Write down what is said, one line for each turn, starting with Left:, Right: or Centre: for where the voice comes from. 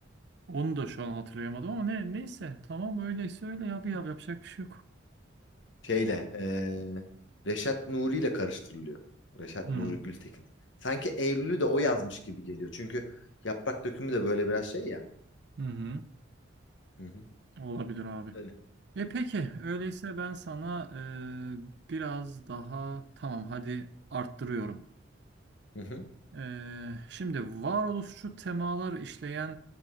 Right: Onu da şu an hatırlayamadım ama ne neyse tamam öyleyse öyle ya bir yap yapacak bir şey yok.
Left: Şeyle eee, Reşat Nuri ile karıştırılıyor. Reşat
Right: Hmm.
Left: Nuri Gültekin. Sanki Eylül'ü de o yazmış gibi geliyor. Çünkü Yaprak Dökümü de böyle biraz şey ya.
Right: Hı hı.
Left: Hı hı.
Right: Olabilir abi.
Left: Öyle.
Right: E peki öyleyse ben sana e, biraz daha tamam hadi arttırıyorum.
Left: Hı hı.
Right: E, şimdi varoluşçu temalar işleyen